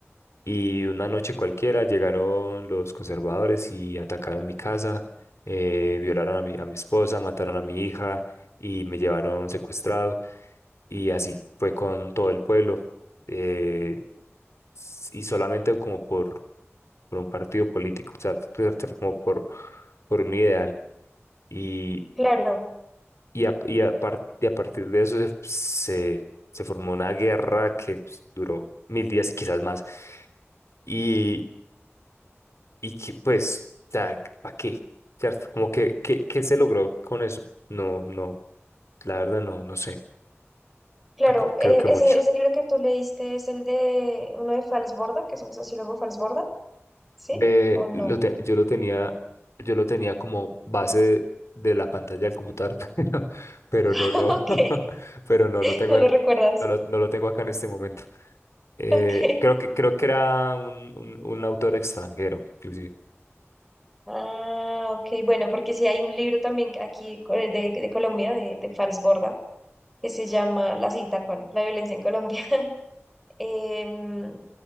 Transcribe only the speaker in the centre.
Claro,
claro.
Eh,
ese,
ese libro que tú leíste es el de uno de Fals Borda, que es un sociólogo Fals Borda, ¿sí?
¿O no?
<laughs>
Ok,
no lo
recuerdas.
Ok.
Ah, ok, bueno, porque sí hay un libro también que aquí co- de, de Colombia, de, de Falsborda, que se llama, la sí, tal cual, La violencia en Colombia. <laughs> Em,